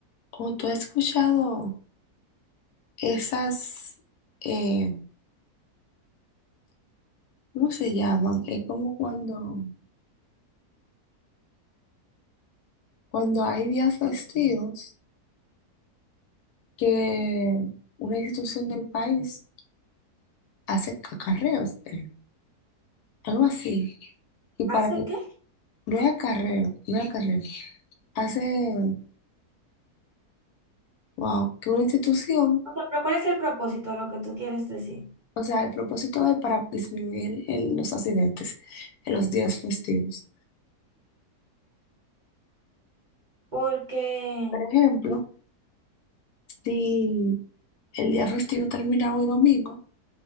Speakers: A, on the left; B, on the right.
A: O tú has escuchado esas... eh, ¿cómo se llaman? Es como cuando... Cuando hay días festivos que una institución del país hace acarreos, eh, algo así. Y para,
B: ¿Hace qué?
A: no es acarreo, no es acarreo. Hace, wow, que una institución,
B: O sea, pero ¿cuál es el propósito de lo que tú quieres decir?
A: o sea, el propósito es para disminuir el- los accidentes en los días festivos.
B: Porque
A: Por ejemplo, si el día festivo termina hoy domingo,